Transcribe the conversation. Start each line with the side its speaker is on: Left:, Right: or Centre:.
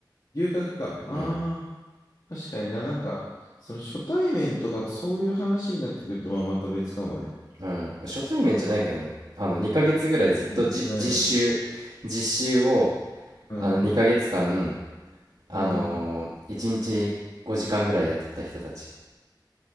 Left: 牛角か。ああ、
Right: うん
Left: 確かにな。なんか、その初対面とかそういう話になってくると、まあまた別かもね。
Right: うん初対面じゃないけどねあの2ヶ月ぐらいずっとじ実習実習を
Left: 初対面じゃないのか。うん、
Right: あの2ヶ月間あのー、
Left: うん。
Right: 1日5時間ぐらい雇った人たち。